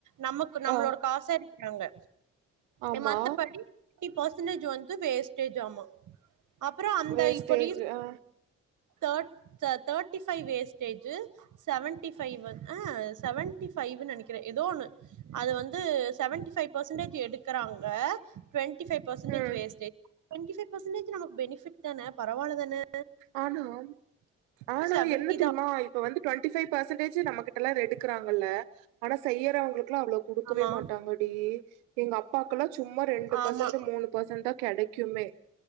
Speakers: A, on the right (about 55°); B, on the right (about 85°).
A: நமக்கு நம்மளோட
B: ஆ
A: காசா நாங்க
B: ஆமா
A: என் மத்த படி தேட்டி பர்சன்டேஜ் வந்து வேஸ்டேஜ் ஆமா அப்புறம் அந்த
B: வேஸ்டேஜ்
A: இப்ப ரீச்
B: ஆ
A: தே thirty five wastage seventy five வந்து ஆஹ செவன்டி ஃபைவ் நினைக்கிறேன் ஏதோ ஓன்னு அது வந்து செவன்டி ஃபைவ் பெர்சன்டேஜ் எடுக்கிறாங்க டுவன்டி டுவன்டி ஃபைவ் பெர்சன்டேஜ்
B: ம்
A: வேஸ்டேஜ் டுவண்டி ஃபைவ் பெர்சன்டேஜ் நமக் பெனிபிட் தான பரவால்ல தான
B: ஆமாம் ஆனா
A: செவன்டி
B: என்ன தெரியுமா
A: தா
B: இப்ப வந்து டுவெண்டி ஃபைவ் பெர்சன்டேஜ் நம்ம கிட்ட எடுக்கிறாங்கள ஆனா செய்யறவங்களுக்கு அவ்வளவு கொடுக்கவே
A: ஆமா
B: மாட்டாங்க டி எங்க அப்பாக்கெல்லாம் சும்மா ரெண்டு
A: ஆமா
B: பர்சன்ட் மூணு பெர்சன்ட் தான் கிடைக்குமே